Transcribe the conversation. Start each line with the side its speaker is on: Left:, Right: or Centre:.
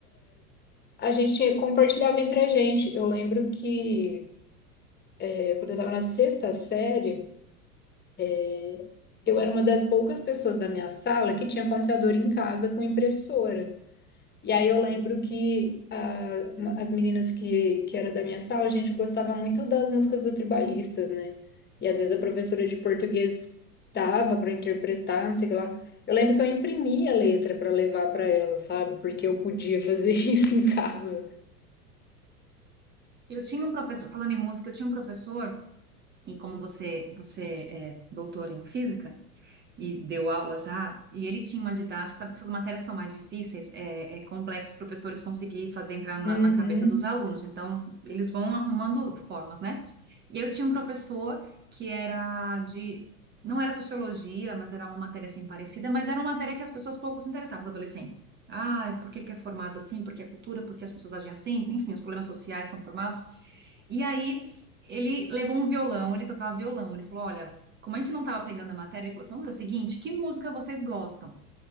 Left: a gente compartilhava entre a gente. Eu lembro que eh, quando eu estava na sexta série, é, eu era uma das poucas pessoas da minha sala que tinha computador em casa com impressora. E aí eu lembro que ah, ma- as meninas que, que era da minha sala, a gente gostava muito das músicas do Tribalistas, né? E às vezes a professora de português tava para interpretar, não sei o que lá. Eu lembro que eu imprimia a letra para levar para ela, sabe? Porque eu podia fazer <laughs> isso em casa.
Right: Eu tinha um professor, falando em música, eu tinha um professor, e como você, você é doutor em física e deu aula já, e ele tinha uma didática, sabe que essas matérias são mais difíceis, é, é complexo os professores conseguir fazer entrar na,
Left: Uhum.
Right: na cabeça dos alunos, então eles vão arrumando formas, né? E eu tinha um professor que era de. Não era sociologia, mas era uma matéria assim parecida, mas era uma matéria que as pessoas pouco se interessavam, os adolescentes. Ah, por que que é formado assim? Por que é cultura? Por que as pessoas agem assim? Enfim, os problemas sociais são formados. E aí ele levou um violão, ele tocava violão. Ele falou: Olha, como a gente não estava pegando a matéria, ele falou assim: Vamos fazer o seguinte, que música vocês gostam?